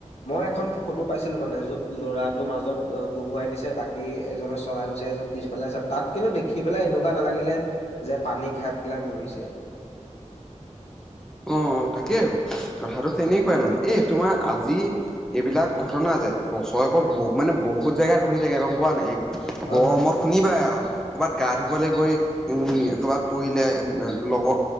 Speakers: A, on the left; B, in the centre.
A: মই এখন ফটো পাইছিলোঁ মানে য'ত ল'ৰাটো মাজত বহুৱাই নিছে বাকী এজনে চলাই গৈছে এজন পিছ পেলাইছে তাত কিন্তু দেখি পেলাই এনেকুৱা নালাগিলে যে পানী খাই পেলাই মৰিছে
B: অ', তাকেই আৰু কথাটো তেনেকুৱাই মানে এই তোমাৰ আজি এইবিলাক ঘটনা যে বছৰেকৰ
A: উম
B: ব মানে বহুত জেগাত ঘতি থাকে গম পোৱা নে এই
A: হয়
B: গৰমত
A: হয়
B: শুনিবাই আৰু ক'ৰবাত গা ধুবলৈ গৈ উম, কৰবাত পৰিলে লগৰ